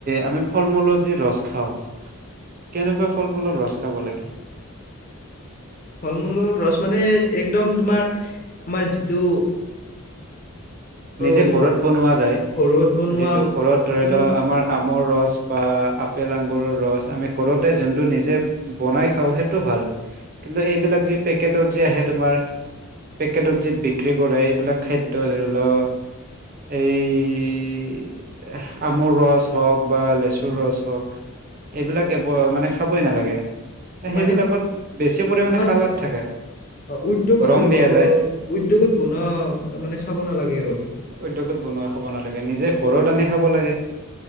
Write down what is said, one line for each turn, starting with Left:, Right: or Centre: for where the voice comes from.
Right: আমি ফল মূলৰ যি ৰস খাও, কেনেকুৱা ফল মূলৰ ৰস খাব লাগে?
Left: ফল মূলৰ ৰছ মানে, একদম তোমাৰ আমাৰ যিটো অ',
Right: নিজে ঘৰত বনোৱা যায়,
Left: ঘৰত বনোৱা
Right: যিটো ঘৰত ধৰি
Left: কোনো
Right: লোৱা আমাৰ আমৰ ৰচ বা আপেল আঙগুৰৰ ৰস আমি ঘৰতে যোনটো নিজে বনাই খাওঁ সেইটো ভাল কিন্তু এইবিলাক যি পেকেটত যি আহে তোমাৰ, পেকেটত যি বিক্ৰী কৰে এইবিলাক খাদ্য ধৰি লওক এই, আমৰ ৰছ হওক বা লেচুৰ
Left: উম,
Right: ৰস হওক এইবিলাক কেব মানে খাবই নালাগে। সেইবিলাকত
Left: মানে
Right: বেছি পৰিমাণে
Left: তোমাৰ
Right: কালাৰ থাকে
Left: উদ্যোগত
Right: ৰং
Left: <unintelligible>
Right: দিয়া যায়
Left: উদ্যোগত বনোৱা তাৰ মানে খাব নালাগে। আৰু
Right: উদ্যোগত বনোৱা খাব নালাগে। নিজে ঘৰত আনি খাব লাগে।